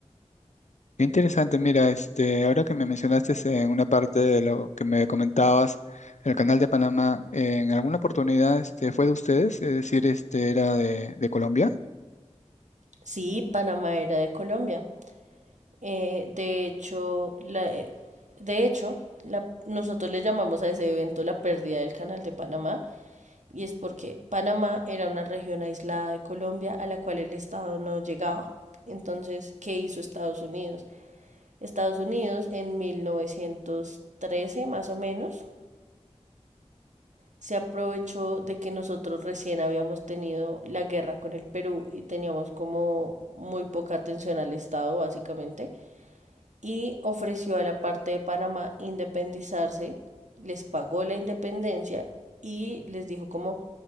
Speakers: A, on the left (about 75°); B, on the right (about 85°).
A: Qué interesante, mira, este, ahora que me mencionaste en una parte de lo que me comentabas, el canal de Panamá, ¿en alguna oportunidad este, fue de ustedes? Es decir, este, ¿era de, de Colombia?
B: Sí, Panamá era de Colombia, Eh, de hecho, la, eh, de hecho, la- nosotros le llamamos a ese evento la pérdida del Canal de Panamá y es porque Panamá era una región aislada de Colombia a la cual el Estado no llegaba. Entonces, ¿qué hizo Estados Unidos? Estados Unidos en 1913, más o menos, se aprovechó de que nosotros recién habíamos tenido la guerra con el Perú y teníamos como muy poca atención al Estado, básicamente. y ofreció a la parte de Panamá independizarse, les pagó la independencia y les dijo como